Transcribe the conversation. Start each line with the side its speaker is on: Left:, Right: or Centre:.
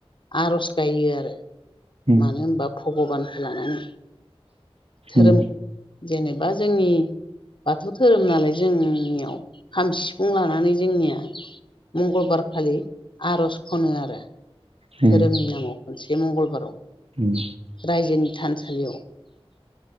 Left: आर'ज गायो आरो
Right: उम
Left: मानो होमबा भग'बानखो लानानै। धोरोम
Right: उम
Left: जेनेबा जोंनि बाथौ धोरोम नालाय जों नियाव खाम सिफुं लानानै जोंनिया मंगलबारखालि आर'ज खनो आरो।
Right: उम
Left: धोरोमनि नामाव खनसे मंगलबाराव।
Right: उम
Left: रायजोनि थानसालियाव।